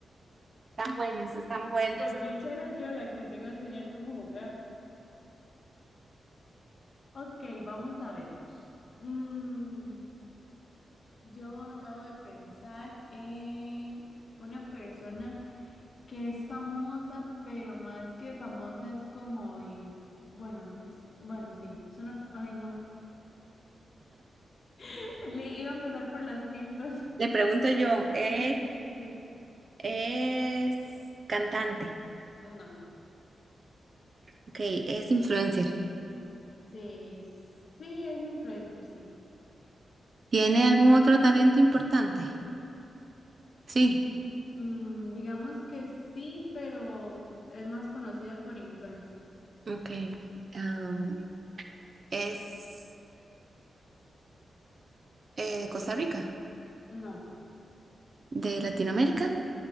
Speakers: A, on the right; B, on the left.
A: Están buenas, están buenas.
B: Por dicha era yo la que tengo que enseñar cómo jugar. Ok, vamos a ver. Mm, yo acabo de pensar en una persona. que es famosa, pero más que famosa es como, inf- bueno, es- bueno, sí, es una, ay no, <laughs> le iba a empezar por las pistas. <laughs>
A: Le pregunto yo, ¿es,
B: Sí, sí,
A: es cantante?
B: no,
A: Ok, es influencer.
B: sí, sí, es influencer, sí.
A: ¿Tiene algún otro talento importante? Sí.
B: Mm, digamos que sí, pero es más conocida por influencer.
A: Ok. am, ¿es eh, de Costa Rica?
B: No,
A: ¿De Latinoamérica?